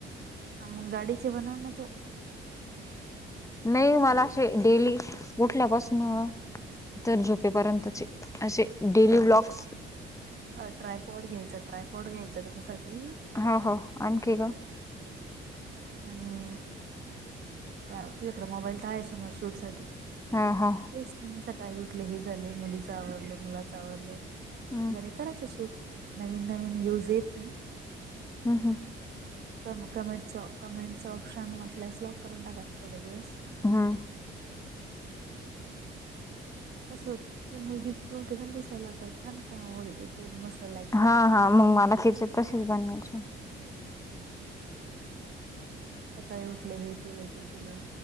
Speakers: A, on the right; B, on the left.
A: मग गाडीचे बनव न तू.
B: नाही मला असे डेली उठल्यापासून तर झोपेपर्यंतचे असे डेली ब्लॉक्स
A: अ ट्रायपॉड घ्यायचा, ट्रायपॉड घ्यायच त्याच्यासाठी
B: हो हो, आणखी ग?
A: आणि, तुझ्याकडं मोबाईल तर आहे मग शूट साठी.
B: हा हा.
A: तेच सकाळी उठले हे झाले मुलीच आवरलं, मुलाच आवरलं,
B: हम्म
A: वगैरे करायचं शूट. नवीन नवीन व्ह्यूज येतं नाही.
B: ह हं.
A: क कमेंटचं -कमेंटचं ऑप्शन वाटल्यास लॉक करून टाकायचं थोडे दिवस.
B: हा.
A: कसं ती मुलगीच क्यूट दिसायला आता छान का बोलते. <unintelligible>
B: हा हा, मग मला तिचे तसेच बनवायचे.
A: सकाळी उठले हे केलं, ते केलंय.